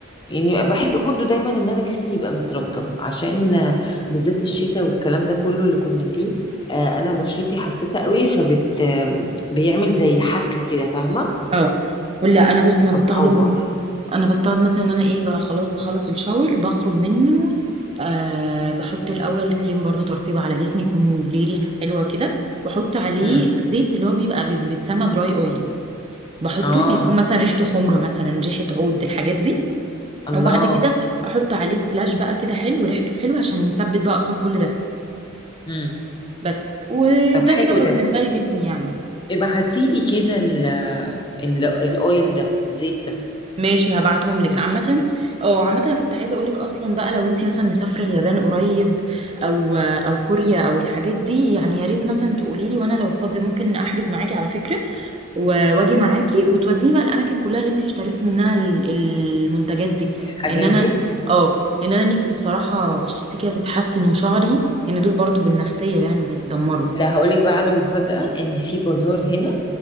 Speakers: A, on the left (about 20°); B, on the right (about 30°).
A: يعني بحب برضو دايما ان انا جسمي يبقى مترطب عشان آه، بالذات الشتاء والكلام ده كله اللي كنا فيه آه، انا بشرتي حساسة قوي فبت آم، بيعمل زي حكة كده فاهمة
B: اه ولا انا بصي انا
A: بتعور
B: بستخدم انا بستخدم مثلا ان انا ايه بقى خلاص بخلص الشاور بخرج منه آه بحط الاول كريم برضو ترطيب على جسمي يكون ليه ريحه حلوه كده واحط عليه
A: امم
B: زيت اللي هو بيبقى بي- بيتسمى دراي اويل بحطه
A: اه
B: بيكون مثلا ريحته خمره مثلا ريحه عود الحاجات دي
A: الله
B: وبعد كده احط عليه سبلاش بقى كده حلو ريحته حلوه عشان يثبت بقى اصلا كل ده
A: امم
B: بس وده
A: طب حلو
B: كده بالنسبه
A: ده
B: لي جسمي يعني
A: ابعتيلي كده ال ال الاويل ده الزيت ده
B: ماشي هبعتهم لك
A: ماشي
B: عامة اه عامة انا كنت عايزة اقول لك اصلا بقى لو انت مثلا مسافرة اليابان قريب او او كوريا او الحاجات دي يعني يا ريت مثلا تقولي لي وانا لو فاضية ممكن احجز معاكي على فكرة و- واجي معاكي وتوديني بقى الاماكن كلها اللي انت اشتريتي منها ال- المنتجات دي
A: الحاجات
B: لان انا
A: دي
B: اه لان انا نفسي بصراحة بشرتي كده تتحسن وشعري ان دول برضو بالنفسية يعني بيتدمروا
A: لا هقولك بقى على مفاجأة ان في بازار هنا